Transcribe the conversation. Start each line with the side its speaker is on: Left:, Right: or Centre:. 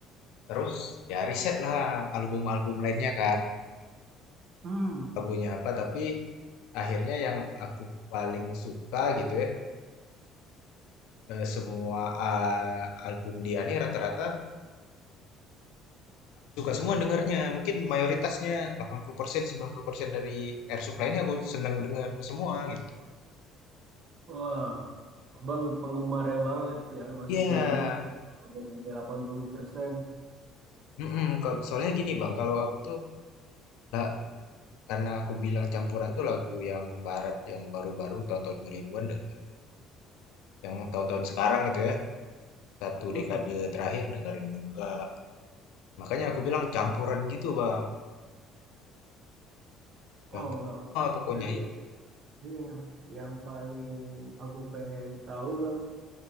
Left: terus ya riset lah album-album lainnya kan,
Right: Hmm.
Left: lagunya apa, tapi akhirnya yang aku paling suka gitu ya, eh, semua ah, album dia nih rata-rata aku suka semua dengarnya, mungkin mayoritasnya delapan puluh persen 90% dari Air Supply ini aku senang dengar semua gitu.
Right: Wah. Abang penggemarnya banget ya masuknya
Left: Iya,
Right: ini. Udah Sampai 80%.
Left: mm-mm, kalau- soalnya gini Bang, kalau aku tuh lah, karena aku bilang campuran tuh lagu yang barat yang baru-baru tahun-tahun 2000-an dengar. yang tahun-tahun sekarang gitu ya satu
Right: Hmm.
Left: dekade terakhir dengerin juga makanya aku bilang campuran gitu bang campur
Right: Oh bang.
Left: semua pokoknya
Right: Berarti Iya, yang paling aku pengen tahu bang,